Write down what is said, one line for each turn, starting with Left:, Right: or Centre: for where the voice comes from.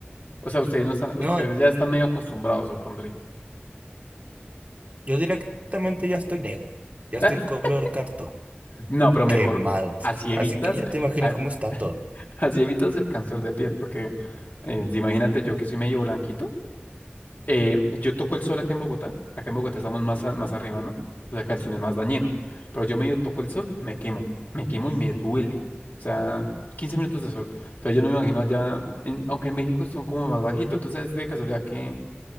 Left: O sea, ustedes no están, ustedes
Right: No,
Left: ya están medio acostumbrados, supondré.
Right: yo directamente ya estoy negro, ya
Left: <laughs>
Right: estoy color cartón,
Left: No, pero mejor
Right: quemado.
Left: así evitas,
Right: Así que ya
Left: eh,
Right: te imaginas
Left: a-
Right: cómo está
Left: <laughs>
Right: todo.
Left: así evitas el cáncer de piel, porque eh, si imagínate yo que soy medio blanquito, eh, yo toco el sol acá en Bogotá, acá en Bogotá estamos más, a- más arriba, ¿no? O sea, acá el sol es más dañino, pero yo medio toco el sol, me quemo, me quemo y me duele. O sea, 15 minutos de sol. Entonces yo no me imagino allá, en- aunque en México son como más bajitos, ¿tú sabes de casualidad que